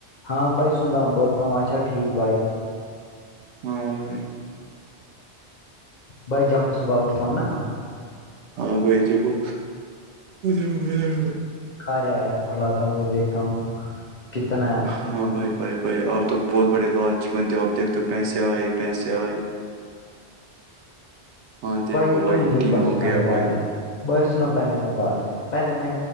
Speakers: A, on the left; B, on the right.
A: ہاں بھائی سن رہا ہوں بول رہا ہوں اچھا ٹھیک بھائی
B: ہاں بھائی
A: بھائی جب میں صبح اٹھتا ہوں نا
B: ہاں بھائی ٹھیک ہوں <unintelligible>
A: اارے ایپ کھلاتا ہوں میں دیکھتا ہوں کتنا
B: ہاں بھائی بھائی بھائی آپ تو بہت بڑے لالچی بندے ہو آپ دیکھتے ہو پیسے آئے پیسے آئے ہاں دیکھو
A: یہ
B: بھائی
A: کیوں مجھے
B: ٹین
A: پرسنل
B: ہو گیا
A: جا
B: بھائی
A: رہا ہے بھائی سنو پہلے میں بات پہلے میں